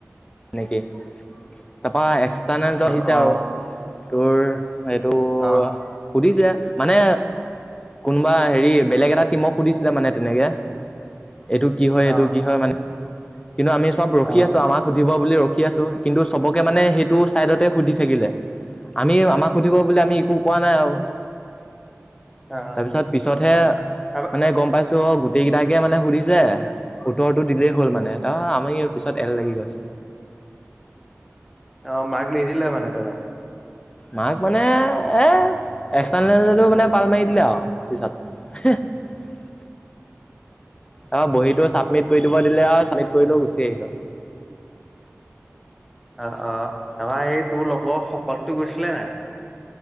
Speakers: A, on the left (about 20°); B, in the centre.
A: সেনেকেই তাৰপা এক্সটাৰ্নেল জন
B: অ
A: আহিছে
B: অ
A: আৰু তোৰ সেইটো
B: অ
A: সুধিছে, মানে কোনোবা হেৰি বেলেগ এটা টিমক সুধিছিলে মানে তেনেকে। এইটো কি হয় এইটো
B: অ
A: কি হয় মানে কিন্তু আমি সব ৰখি
B: অ
A: আছো আমাক <unintelligible> ব বুলি ৰখি আছো কিন্তু চবকে মানে সেইটো চাইডতে সুধি থাকিলে। আমি আমাক সুধিব বুলি আমি একো কোৱা নাই আৰু।
B: অ
A: তাৰপিছত পিছতহে
B: তাৰ
A: মানে গম পাইছ ত' গোটেই কেইটাকে মানে সুধিছে উত্তৰটো দিলেই হ'ল মানে তাৰপা আমি পিছত এল লাগি গৈছে।
B: অ মাক নিদিলে মানে তাৰপৰা।
A: মাৰ্ক মানে এ এক্সটাৰ্নেল জনেও মানে পাল মাৰি দিলে আও পিছত। <unintelligible> অ' বহীতো চাপমিত কৰি দিব দিলে আও চাবমিট কৰিলো গুচি আহিলো।
B: অ অ তাপা সেই তোৰ লগৰ শকতটো গৈছিলে নাই?